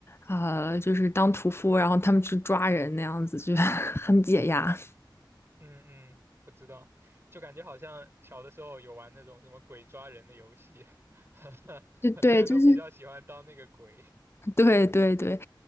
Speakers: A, on the left (about 30°); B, on the right (about 30°).
A: 呃，就是当屠夫，然后他们去抓人那样子，就 <laughs> 很解压。
B: 嗯嗯，我知道，就感觉好像小的时候有玩那种什么鬼抓人的游戏，<laughs>
A: 就对，
B: 很多人都比较喜欢当那个鬼。
A: 就是对对对，